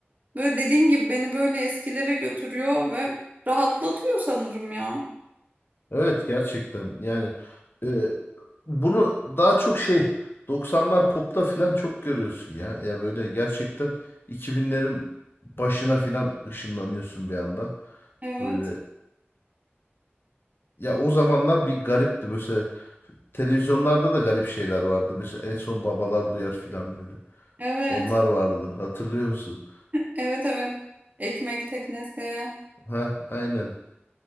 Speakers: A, on the right (about 40°); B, on the left (about 60°).
A: böyle dediğin gibi beni böyle eskilere götürüyor ve rahatlatıyor sanırım ya.
B: Evet gerçekten yani e, bunu daha çok şey Doksanlar popta filan çok görüyorsun ya. Ya böyle gerçekten 2000'lerin başına filan ışınlanıyorsun bir anda.
A: Evet.
B: Böyle ya o zamanlar bir garipti mesela televizyonlarda da garip şeyler vardı. Mesela en son Babalar Duyar filan böyle.
A: Evet.
B: Onlar vardı hatırlıyor musun?
A: Evet evet. Ekmek teknesi.
B: Ha aynen.